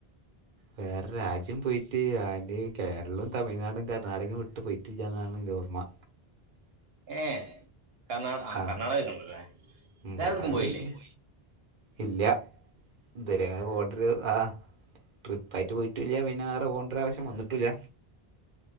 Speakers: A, on the right; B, on the right.
A: വേറെ രാജ്യം പോയിട്ട് അന്റെ കേരളവും തമിഴ്നാടും കർണ്ണാടകവും വിട്ട് പോയി വിട്ടില്ലന്നാണ് ഇന്റെ ഓർമ്മ
B: ഏ കർണാ ആഹ്
A: ആ
B: കർണാടകക്കണ്ടല്ലേ
A: ഉം
B: വേറെ
A: കർണാടക
B: എവിടക്കും പോയില്ലേ
A: പോയിക്കണ് ഇല്ല ഇതരെ പോകട്ടരു ആഹ് ട്രിപ്പായിട്ട് പോയിട്ടില്ല പിന്നെ വേറെ പോകേണ്ട ഒരു ആവശം വന്ന്ട്ടില്ല